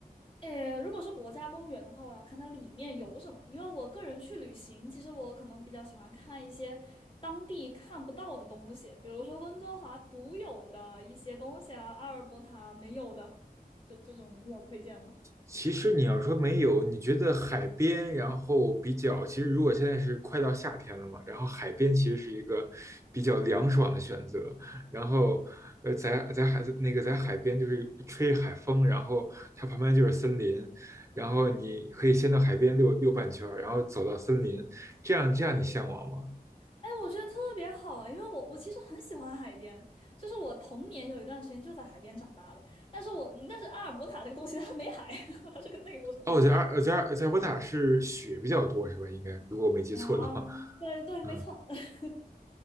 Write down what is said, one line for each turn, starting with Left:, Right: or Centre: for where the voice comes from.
Left: 诶，如果是国家公园的话，我要看它里面有什么，因为我个人去旅行，其实我可能比较喜欢看一些当地看不到的东西，比如说温哥华独有的一些东西啊，阿尔伯塔没有的，这这种你有推荐吗？
Right: 其实你要说没有，你觉得海边，然后比较，其实如果现在是快到夏天了嘛，然后海边其实是一个比较凉爽的选择。然后，呃，在在海那个在海边就是吹海风，然后它旁边就是森林，然后你可以先到海边溜溜半圈儿，然后走到森林，这样这样你向往吗？
Left: 哎，我觉得特别好，因为我我其实很喜欢海边，就是我童年有一段时间就在海边长大的，但是我但是阿尔伯塔这个东西它没海，<laughs> 它是个内陆城市。
Right: 哦，在阿呃在阿在渥塔是雪比较多是吧？应该如果我没记错的话，
Left: 啊，
Right: <laughs>
Left: 对对，没错，
Right: 嗯。
Left: <laughs>